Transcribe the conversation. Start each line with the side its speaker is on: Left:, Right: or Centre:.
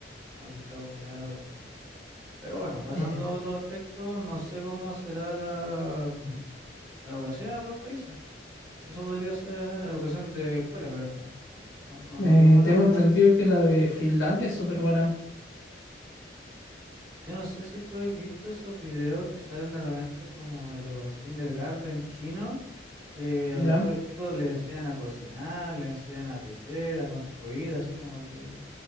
Right: no, sí está complicada la cuestión. Pero bueno, pasando
Left: Eh,
Right: a otro aspecto, no sé cómo será la, la educación en otros países. Eso podría ser educación de escuela, me refiero. No, no, no
Left: eh,
Right: sé cómo es
Left: tengo
Right: la formación.
Left: entendido que la de Finlandia es súper buena,
Right: Yo no sé si tú has visto esos videos que salen de repente como de los kindergarten chinos, que
Left: ¿ya?
Right: a los caros chicos les enseñan a cocinar, les enseñan a tejer, a construir, así como que